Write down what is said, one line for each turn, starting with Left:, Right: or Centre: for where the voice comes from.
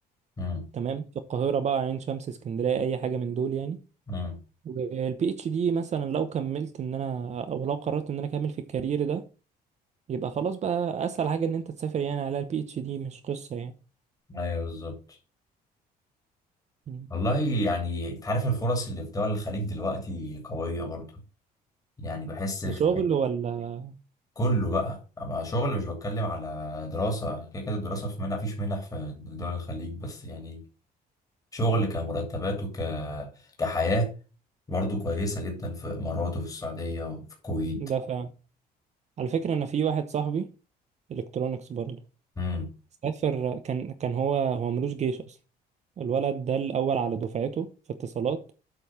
Left: امم
Right: تمام في القاهره بقى عين شمس اسكندريه اي حاجه من دول يعني
Left: امم
Right: والبي اتش دي مثلا لو كملت ان انا او لو قررت ان انا اكمل في الكارير ده يبقى خلاص بقى اسهل حاجه ان انت تسافر يعني على البي اتش دي مش قصه يعني
Left: ايوه بالظبط
Right: مم.
Left: والله يعني انت عارف الفرص اللي في دول الخليج دلوقتي قوية برضه يعني بحس
Right: كشغل
Left: في
Right: ولا
Left: كله بقى مع شغل مش بتكلم على دراسة كده كده الدراسة في منح فيش منح في دول الخليج بس يعني شغل كمرتبات وك كحياة برضه كويسة جدا في الإمارات وفي السعودية وفي الكويت
Right: ده فعلا على فكره انا في واحد صاحبي الكترونكس برضه
Left: امم إن
Right: سافر كان كان هو هو ملوش جيش اصلا الولد ده الأول على دفعته في اتصالات